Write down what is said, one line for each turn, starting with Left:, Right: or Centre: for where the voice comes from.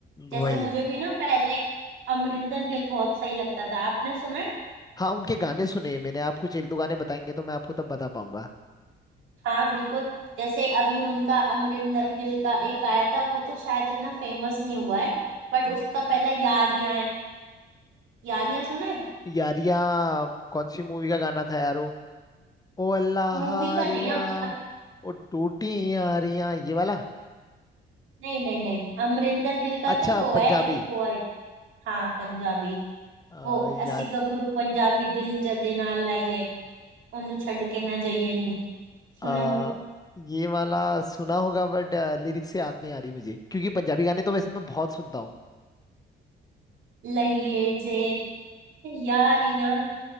Right: जैसे
Left: वही
Right: मुझे
Left: है
Right: भी ना पहले अमरिंदर गिल बहुत सही लगता था आपने सुना है
Left: हाँ उनके गाने सुने हैं मैंने आप कुछ एक दो गाने बताएंगे तो मैं आपको तब बता पाऊंगा
Right: हाँ बिल्कुल जैसे अभी उनका अमरिंदर गिल का एक आया था वो तो शायद इतना फेमस नहीं हुआ है बट उसका पहला यारियां है यारियां सुना है
Left: यारिया कौन सी मूवी का गाना था यार वो ओ अल्लाह
Right: मूवी
Left: हारिया
Right: का नहीं है वो
Left: ओ टूटी यारिया ये वाला
Right: नहीं नहीं नहीं अमरिंदर गिल का
Left: अच्छा
Right: तो वो है
Left: पंजाबी
Right: एक वो है हाँ पंजाबी
Left: आ,
Right: वो
Left: याद
Right: अस्सी गबरू पंजाबी दिल जदे नाल लाइए उन्हों छड़के नजये नी, सुनो
Left: आ,
Right: हूँ,
Left: ये वाला सुना होगा बट लिरिक्स से याद नहीं आ रही मुझे क्योंकि पंजाबी गाने तो वैसे मैं बहुत सुनता हूँ
Right: लईये जे, यारियां,